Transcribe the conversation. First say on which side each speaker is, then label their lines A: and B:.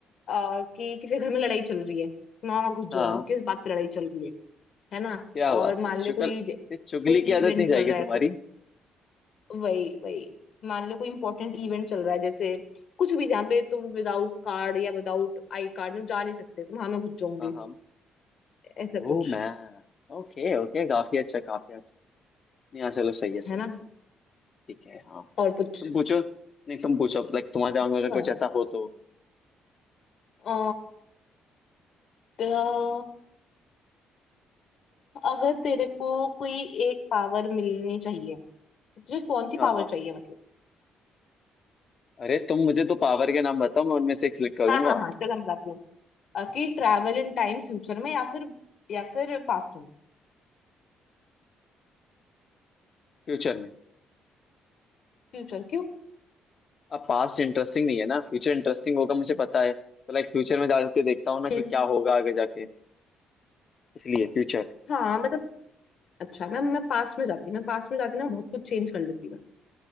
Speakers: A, on the left (about 60°); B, on the left (about 45°).
A: आ, कि किसी घर में लड़ाई चल रही है मामा घुस जाऊंगी
B: हाँ
A: किस बात पे लड़ाई चल रही है है ना
B: क्या बात
A: और मान
B: है
A: ले
B: शुक्र
A: कोई
B: ये चुगली
A: कोई
B: की आदत
A: इवेंट
B: नहीं जाएगी
A: चल रहा
B: तुम्हारी
A: है तो वही वही मान ले कोई इंपॉर्टेंट इवेंट चल रहा है जैसे कुछ भी जहाँ पे तुम विदाउट कार्ड या विदाउट आई कार्ड में जा नहीं सकते तो वहां मैं घुस जाऊंगी
B: हाँ हाँ
A: ऐसा
B: वो
A: कुछ
B: मैं ओके ओके काफी अच्छा काफी अच्छा नहीं हाँ चलो सही है सही
A: है ना
B: है सही है ठीक है हाँ
A: और कुछ
B: तुम पूछो नहीं तुम पूछो लाइक तुम्हारे दिमाग
A: अच्छा
B: में अगर कुछ ऐसा हो तो
A: अ, तो अगर तेरे को कोई एक पावर मिलनी चाहिए तुझे कौन सी
B: हाँ
A: पावर
B: हाँ
A: चाहिए मतलब
B: अरे तुम मुझे तो पावर के नाम बताओ मैं उनमें से एक सिलेक्ट करूंगा
A: हाँ हाँ हाँ चलो मैं बताती हूँ अ, कि ट्रैवल इन टाइम फ्यूचर में या फिर या फिर पास्ट में
B: फ्यूचर में
A: फ्यूचर क्यों
B: अब पास्ट इंटरेस्टिंग नहीं है ना फ्यूचर इंटरेस्टिंग होगा मुझे पता है तो लाइक फ्यूचर में जाके देखता हूँ ना कि
A: हम्म,
B: क्या होगा आगे जाके इसलिए फ्यूचर
A: हाँ मतलब अच्छा मैं मैं पास्ट में जाती मैं पास्ट में जाती ना बहुत कुछ चेंज कर लेती मैं